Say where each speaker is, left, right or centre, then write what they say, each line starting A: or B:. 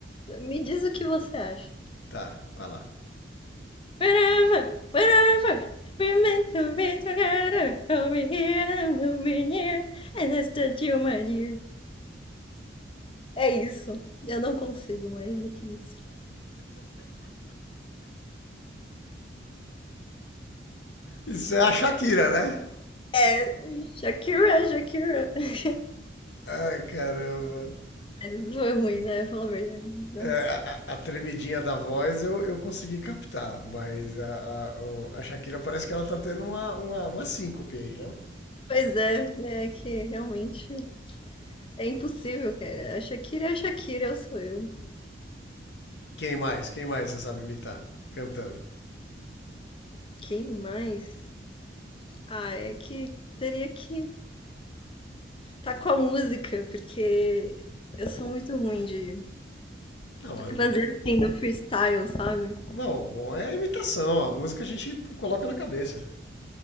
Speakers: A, on the left; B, on the left.
A: me diz o que você acha.
B: Tá, vai lá.
A: Wherever, wherever, We're meant to be together. We'll be here and we'll be near. And that's the deal, my dear. É isso. Eu não consigo mais do que isso.
B: Isso é a Shakira, né?
A: É. Shakira, Shakira. <laughs>
B: Ah, caramba.
A: Mas foi ruim, né? Fala a verdade. Nossa.
B: É, a, a- a tremidinha da voz eu, eu consegui captar, mas a, a, o- a Shakira parece que ela tá tendo uma, uma, uma síncope aí, não?
A: Pois é, né? é que realmente é impossível, cara. A Shakira é a Shakira, eu sou eu.
B: Quem mais? Quem mais você sabe imitar cantando?
A: Quem mais? Ah, é que teria que tá com a música, porque eu sou muito ruim de
B: Não, eu,
A: Fazer assim no freestyle, sabe?
B: não, bom, é a imitação, a música a gente coloca na cabeça.